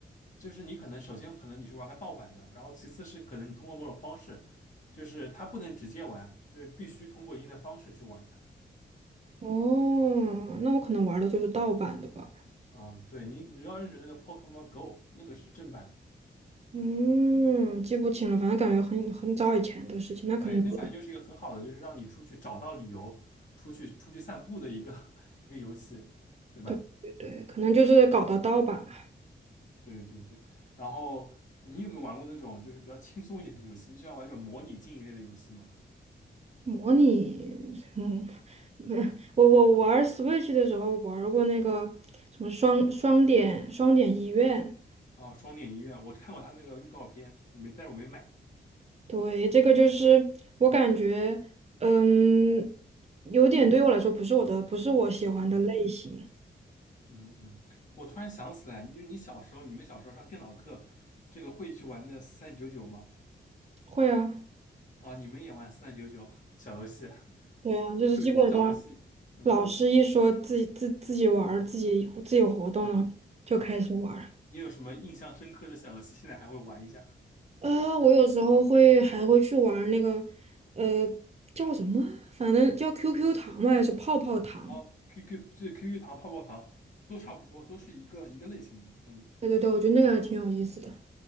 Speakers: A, on the left; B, on the right.
A: 就是你可能首先可能你是玩个盗版的，然后其次是可能你通过某种方式，就是它不能直接玩，就是必须通过一定的方式去玩的
B: 哦，那我可能玩儿的就是盗版的吧。
A: 啊、对你你要认准那个 Pokemon Go，那个是正版的。
B: 嗯，记不清了，反正感觉很很早以前的事情，那可能就
A: 对，那反正就是一个很好的，就是让你出去找到理由，出去出去散步的一个 <laughs> 一个游戏，对吧？
B: 对对对，可能就是搞到盗版了。
A: 对对对。然后你有没有玩过那种就是比较轻松一点的游戏？你喜欢玩这种模拟经营类的游戏吗？
B: 模拟，嗯，没我我玩 Switch 的时候玩过那个什么双双点双点医院，
A: 哦，双点医院，我看过他那个预告片，没，但是我没买。
B: 对，这个就是我感觉，嗯，有点对我来说不是我的，不是我喜欢的类型。
A: 嗯嗯嗯，我突然想起来，你你小时候，你们小时候上电脑课，这个会去玩的四三九九吗？
B: 会啊，
A: 啊，你们也玩四三九九小游戏啊？
B: 对啊，就是基本上
A: 有没有什么小游戏？嗯
B: 老师一说自己自自己玩儿自己自己活动，
A: 嗯。
B: 了，就开始玩。
A: 你有什么印象深刻的小游戏？现在还会玩一下？
B: 呃，我有时候会还会去玩儿那个，呃，叫什么啊？反正叫 QQ 糖嘛，还是泡泡糖？
A: 哦，QQ 这 QQ 糖、泡泡糖都差不多，都是一个一个类型的。嗯，
B: 对对对，我觉得那个还挺有意思的。